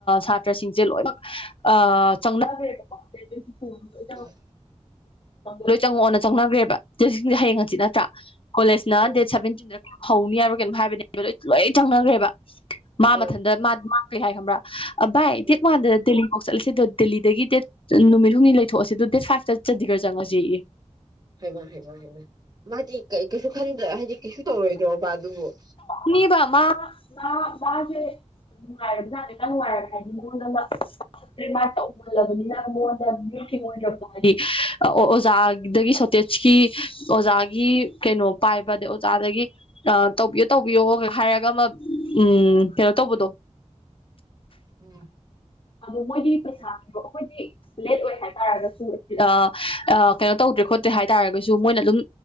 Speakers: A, on the left (about 50°); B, on the right (about 35°).
A: ꯁꯥꯇ꯭ꯔꯁꯤꯡꯁꯦ ꯂꯣꯏꯅꯃꯛ ꯆꯪꯅꯒ꯭ꯔꯦꯕ ꯀꯣ ꯑꯩꯗꯤ ꯄꯣꯝꯗꯣꯏ ꯅꯦ
B: ꯎꯝ
A: ꯂꯣꯏ ꯆꯪꯉꯛꯑꯣꯅ ꯆꯪꯅꯒ꯭ꯔꯦꯕ ꯗꯦꯠ ꯁꯤꯛꯇꯤꯟꯁꯦ ꯍꯌꯦꯡ ꯍꯥꯡꯆꯤꯠ ꯅꯠꯇ꯭ꯔꯥ ꯀꯣꯂꯦꯖꯅ
B: ꯎꯝ
A: ꯗꯦꯠ ꯁꯚꯦꯟꯇꯤꯟꯗ ꯍꯧꯅꯤ ꯍꯥꯏꯕ꯭ꯔꯥ ꯀꯩꯅꯣꯝ ꯍꯥꯏꯕꯅꯦꯕ ꯂꯣꯏ ꯂꯣꯏ ꯆꯪꯅꯒ꯭ꯔꯦꯕ
B: ꯎꯝ
A: ꯃꯥ
B: ꯎꯝ
A: ꯃꯊꯟꯗ ꯃꯥ ꯃꯥ ꯀꯩ ꯍꯥꯏ ꯈꯪꯕ꯭ꯔꯥ ꯚꯥꯏ
B: ꯎꯝ
A: ꯗꯦꯠ ꯋꯥꯟꯗ ꯗꯦ ꯑꯣ ꯆꯠꯂꯁꯤꯗ ꯗꯦꯜꯂꯤꯗꯒꯤ ꯗꯦꯠ ꯅꯨꯃꯤꯠ ꯍꯨꯝꯅꯤ ꯂꯩꯊꯣꯛꯑꯁꯤ ꯑꯗꯨ ꯗꯦꯠ ꯐꯥꯏꯚꯇ ꯆꯠꯗꯤꯒꯔ ꯆꯪꯉꯁꯦꯌꯦ
B: ꯍꯥꯏꯃ ꯍꯥꯏꯃ ꯍꯥꯏꯃ ꯃꯥꯗꯤ ꯀꯩꯁꯨ ꯈꯟ꯭ꯗꯔ ꯍꯥꯏꯗꯤ ꯀꯩꯁꯨ ꯇꯧꯔꯣꯏꯗ꯭ꯔꯣꯕ ꯑꯗꯨꯕꯨ
A: ꯃꯤ ꯕꯃꯥ ꯃꯥ ꯖꯥꯁꯦ <inaudible> ꯉꯥꯏꯔꯝ ꯖꯥꯠꯅꯦ ꯅꯪ ꯉꯥꯏꯅꯨ ꯍꯥꯏꯔꯗꯤ ꯃꯤꯉꯣꯟꯗ ꯃꯥ ꯇꯧꯍꯜꯂꯕꯅꯤꯅ ꯃꯤꯉꯣꯟ ꯗ ꯌꯥꯝ ꯌꯦꯠꯄꯣ <inaudible> ꯍꯥꯏꯗꯤ ꯑꯣꯖꯥꯗꯒꯤ ꯁꯣꯇꯦꯖꯀꯤ ꯑꯣꯖꯥꯒꯤ ꯀꯩꯅꯣ ꯄꯥꯏꯕ ꯑꯗꯩ ꯑꯣꯖꯥꯗꯒꯤ ꯇꯧꯕꯤꯌꯣ ꯇꯧꯕꯤꯌꯣ ꯍꯥꯏꯔꯒ ꯑꯃ ꯎꯝ ꯀꯩꯅꯣ ꯇꯧꯕꯗꯣ
B: ꯎꯝ
A: ꯑꯗꯨ ꯃꯣꯏꯒꯤ ꯄꯩꯁꯥ ꯄꯤꯕꯥ ꯑꯩꯈꯣꯏꯗꯤ ꯂꯦꯠ ꯑꯣꯏ ꯍꯥꯏ ꯇꯔꯒꯁꯨ ꯑꯥ ꯑꯥ ꯀꯩꯅꯣ ꯇꯧꯗ꯭ꯔꯦ ꯈꯣꯠꯇ꯭ꯔꯦ ꯍꯥꯏ ꯇꯥꯔꯒꯁꯨ ꯃꯣꯏꯅ ꯑꯗꯨꯝ